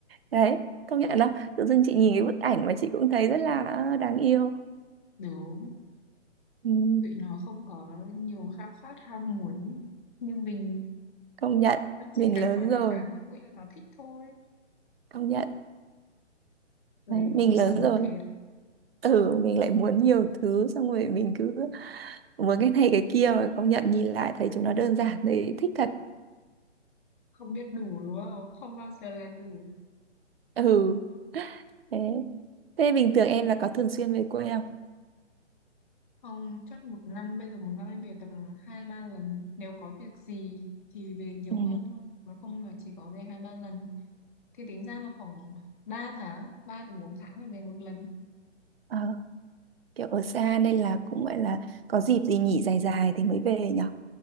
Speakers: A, on the right (about 55°); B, on the left (about 40°).
A: đấy công nhận đó tự dưng chị nhìn cái bức ảnh mà chị cũng thấy rất là ờ, đáng yêu
B: đúng
A: Ừm,
B: tụi nó không có nhiều khao khát ham muốn như mình
A: công nhận
B: nó chỉ
A: mình
B: cần
A: lớn
B: có
A: rồi
B: những cái vui vui là nó thích thôi
A: công nhận
B: đấy
A: Đấy, mình
B: cuộc sống
A: lớn rồi
B: nó thế
A: ừ mình lại muốn nhiều thứ xong rồi mình cứ muốn cái này cái kia mà công nhận nhìn lại thấy chúng nó đơn giản đấy thích thật
B: không biết đủ đúng không không bao giờ là đủ
A: ừ thế thế bình thường em là có thường xuyên về quê không
B: Không, chắc một năm, bây giờ một năm em về tầm hai ba lần. Nếu có việc gì thì về nhiều
A: ừ.
B: hơn thôi. Còn không là chỉ có về hai ba lần. Thì tính ra là khoảng 3 tháng, 3 đến 4 tháng là về một lần.
A: Ờ, kiểu ở xa nên là cũng gọi là có dịp gì nghỉ dài dài thì mới về nhở